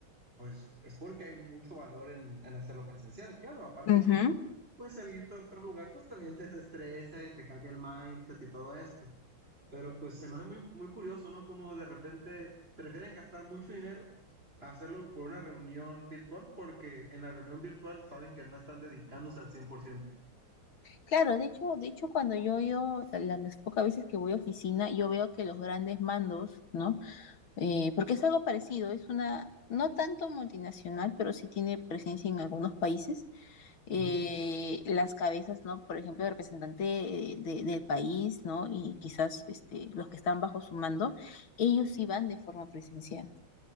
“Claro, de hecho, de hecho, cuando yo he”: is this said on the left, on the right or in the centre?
Left